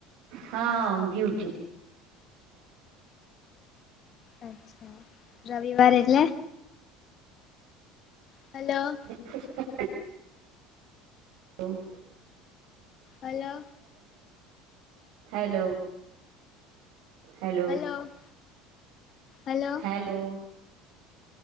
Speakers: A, on the right (about 70°); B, on the left (about 45°).
A: હા ઊંઘી ઉઠી
B: અચ્છા રવિવાર એટલે hello
A: <unintelligible> hello
B: hello
A: hello hello
B: hello hello
A: hello